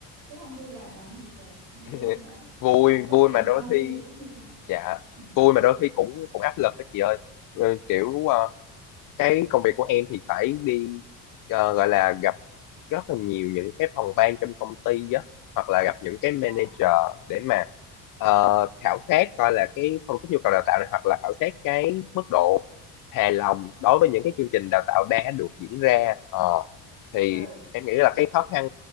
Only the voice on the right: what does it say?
chứ không vui làm làm gì trời không
vui mà
ờ, có
tiền
bao nhiêu
cũng như không
ừ.
à
ừ